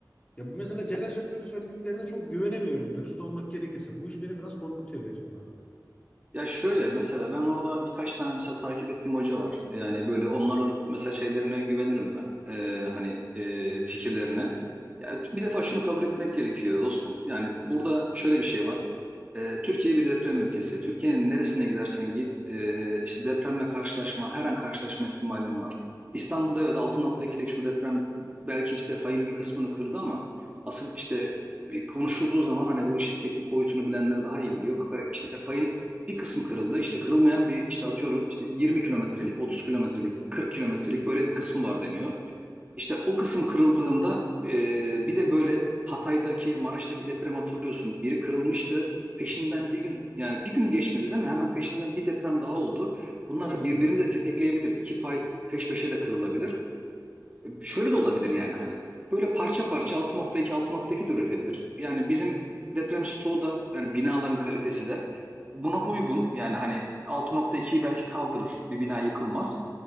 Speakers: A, on the left (about 15°); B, on the right (about 20°).
A: Ya bu mesela Celal Şengör'ün söylediklerine çok güvenemiyorum. Dürüst olmak gerekirse. Bu iş beni biraz korkutuyor Beytullah abi.
B: Ya şöyle mesela ben orada birkaç tane mesela takip ettiğim hoca var. Yani böyle onların mesela şeylerine güvenirim ben. Ee, hani e, fikirlerine. Ya bir defa şunu kabul etmek gerekiyor dostum. Yani burada şöyle bir şey var. E, Türkiye bir deprem ülkesi. Türkiye'nin neresine gidersen git, e, işte depremle karşılaşma, her an karşılaşma ihtimalin var. İstanbul'da evet 6.2'lik şu deprem belki işte fayın bir kısmını kırdı ama asıl işte bir konuşulduğu zaman hani bu işin teknik boyutunu bilenler daha iyi biliyor. Ka- İşte fayın bir kısmı kırıldı. İşte kırılmayan bir işte atıyorum işte 20 kilometrelik, 30 kilometrelik, 40 kilometrelik böyle bir kısmı var deniyor. İşte o kısım kırıldığında e, bir de böyle Hatay'daki Maraş'taki deprem hatırlıyorsun. Biri kırılmıştı. Peşinden bir gün yani bir gün geçmedi değil mi? Hemen peşinden bir deprem daha oldu. Bunlar
A: Tabii tabii.
B: birbirini de tetikleyebilir. İki fay peş peşe de kırılabilir. E, şöyle de olabilir yani hani. Böyle parça parça 6.2 6.2 de üretebilir. Yani bizim deprem stoğu da yani binaların kalitesi de buna uygun. Yani hani 6.2'yi belki kaldırır. Bir bina yıkılmaz.